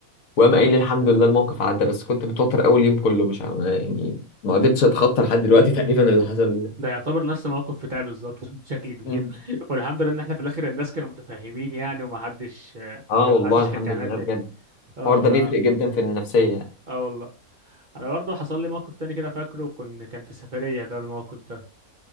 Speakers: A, on the left; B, on the right.
A: وقام قايل لي الحمد لله الموقف عدى بس كنت متوتر اول يوم كله مش عارف يعني ما قدرتش اتخطى لحد دلوقتي <laughs> تقريبا اللي حصل لي ده
B: ده يعتبر نفس الموقف بتاعي بالظبط <laughs> بشكل كبير
A: مم.
B: والحمد لله ان احنا في الاخر الناس كانوا متفاهمين يعني ومحدش آه،
A: اه والله
B: محدش
A: الحمد
B: كان كان
A: لله
B: الدنيا
A: بجد
B: اه
A: الحوار ده
B: ف
A: بيفرق جدا في النفسية
B: اه والله انا برضو حصل لي موقف تاني كده فاكره كن كان في سفرية ده الموقف ده